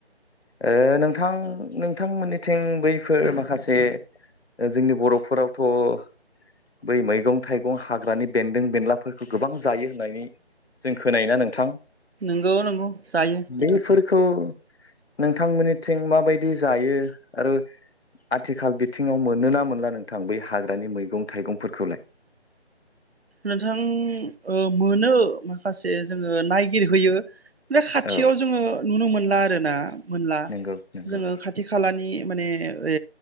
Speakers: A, on the left; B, on the right.
A: ओ नोंथां नोंथांमोननिथिं बैफोर माखासे ओ जोंनि बर'फोरावथ' बै मैगं थाइगं हाग्रानि बेन्दों बेनलाफोरखौ गोबां जायो होननानै जों खोनाययना नोंथां
B: नंगौ नंगौ जायो नोंथां
A: बैफोरखौ नोंथांमोननिथिं माबायदि जायो आरो आथिखाल बिथिङाव मोनोना मोनला नोंथां बै हाग्रानि मैगं थाइगंफोरखौलाय? <inaudible>
B: नोंथां ओ मोनो माखासे जोङो नायगिरहैयो ओमफ्राय खाथियाव
A: औ
B: जोङो नुनो मोनला आरो ना मोनला
A: नंगौ नंगौ
B: जोङो खाथि खालानि माने ओ